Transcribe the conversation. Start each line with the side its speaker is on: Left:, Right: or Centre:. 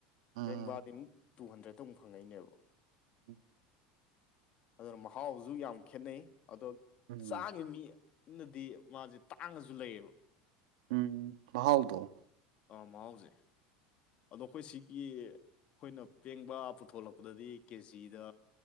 Right: ꯎꯝ
Left: ꯄꯦꯡꯕꯥꯗꯤ ꯑꯃꯨꯛ ꯇꯨ ꯍꯟꯗ꯭ꯔꯦꯗꯇ ꯑꯃꯨꯛ ꯐꯪꯉꯛꯏꯅꯦꯕ
Right: <unintelligible>
Left: ꯑꯗꯨꯅ ꯃꯍꯥꯎꯖꯨ ꯌꯥꯝ ꯈꯦꯠꯅꯩ ꯑꯗꯣ
Right: ꯎꯝ
Left: ꯆꯥꯒꯤ ꯃꯤ ꯅꯗꯤ ꯃꯥꯖꯦ ꯇꯥꯡꯉꯖꯨ ꯂꯩꯌꯦꯕ
Right: ꯎꯝ ꯃꯍꯥꯎꯗꯣ
Left: ꯑꯥ ꯃꯍꯥꯎꯖꯦ ꯑꯗꯣ ꯑꯩꯈꯣꯏ ꯁꯤꯒꯤ ꯑꯩꯈꯣꯏꯅ ꯄꯦꯡꯕꯥ ꯄꯨꯊꯣꯛꯂꯛꯄꯗꯗꯤ ꯀꯦꯖꯤꯗ